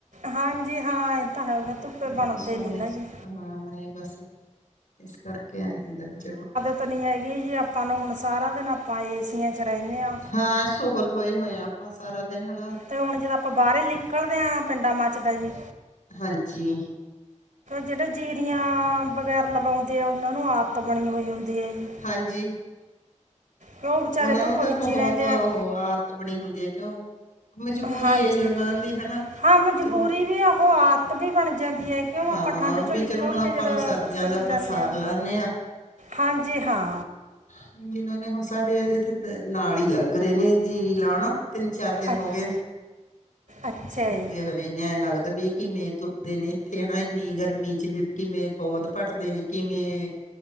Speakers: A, on the right; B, on the left.
A: ਹਾਂਜੀ ਹਾਂ ਇਹ ਤਾਂ ਹੈ, ਫਿਰ ਧੁੱਪੇ
B: ਐਵੇਂ
A: ਬਣਦੇ
B: ਸੋਹਣੇ
A: ਨੀ ਨਾ ਜੀ
B: ਹਾਂ ਬਸ ਇਸ ਕਰਕੇ ਆ ਹੁੰਦਾ ਵੀ ਚਲੋ
A: ਨ ਹੈਗੀ ਜੀ ਆਪਾਂ ਨੂੰ, ਹੁਣ ਸਾਰਾ ਦਿਨ ਆਪਾਂ ਏਸੀਆਂ ਚ ਰਹਿੰਨੇ ਆਂ
B: ਹਾਂ ਸੋਹਲ ਹੋਏ ਹੋਏ ਹ ਆਪਾਂ ਸਾਰਾ ਦਿਨ ਹੈਨਾ
A: ਤੇ ਹੁਣ ਜਦ ਆਪਾਂ ਬਾਹਰ ਨਿਕਲਦੇ ਹਾਂ, ਪਿੰਡਾਂ ਮਚਦਾ ਜੀ
B: ਹਾਂਜੀ
A: ਜਿਹੜੇ ਜੀਰੀਆਂ ਵਗੈਰਾ ਲਵਾਉਂਦੇ ਆ, ਉਹਨਾਂ ਨੂੰ ਆਦਤ ਬਣੀ ਹੋਈ ਹੁੰਦੀ ਹੈ ਜੀ
B: ਹਾਂਜੀ
A: ਕਿ ਉਹ ਵਿਚਾਰੇ
B: ਉਹਨਾਂ
A: ਧੁੱਪ
B: ਨੂੰ ਤਾਂ
A: ਵਿੱਚ
B: ਬਹੁਤ
A: ਹੀ ਰਹਿੰਦੇ
B: ਉਹ
A: ਆ
B: ਆਦਤ ਬਣੀ ਹੁੰਦੀ ਹੈ ਕਿਉਂ ਮਜਬੂਰੀ
A: ਹਾਂਜੀ,
B: ਹੈ ਜੀ ਉਹਨਾਂ ਦੀ ਹਨਾ
A: ਹਾਂ ਮਜਬੂਰੀ
B: ਚਲੋ
A: ਵੀ ਐ, ਉਹ ਆਦਤ ਵੀ ਬਣ ਜਾਂਦੀ ਹੈ ਕਿਉਂ
B: ਹਾਂ
A: ਆਪਾਂ ਠੰਡ ਚੋਂ
B: ਵੀ
A: ਨਿਕਲ
B: ਚਲੋ ਹੁਣ ਆਪਾਂ
A: ਕੇ ਜਦੋਂ
B: ਨੂੰ ਸਰ
A: ਧੁੱਪ
B: ਜਾਂਦਾ
A: ਚ
B: ਆਪਾਂ
A: ਜਾਂਨੇ
B: ਸਾਰ
A: ਆਂ
B: ਲਾਨੇ ਆ
A: ਹਾਂਜੀ ਹਾਂ
B: ਹ ਜਿਨਾਂ ਨੇ ਹੁਣ ਸਾਡੇ ਇੱਥੇ ਨਾਲ ਹੀ ਲੱਗ ਰਹੇ ਨੇ ਜੀਰੀ ਲਾਣਾ, ਤਿੰਨ ਚਾਰ ਦਿਨ ਹੋ
A: ਅੱ-
B: ਗਏ
A: ਅੱਛਾ
B: ਲੱਗੇ
A: ਜੀ
B: ਹੋਏ ਐਂ ਲੱਗਦਾ ਵੀ ਇਹ ਕਿਵੇਂ ਤੁਰਦੇ ਨੇ, ਇੱਥੇ ਹੈਨਾ ਇੰਨੀ ਗਰਮੀ ਚ ਵੀ ਕਿਵੇਂ ਪੌਦ ਭਟਦੇ ਨੇਂ, ਕਿਵੇਂ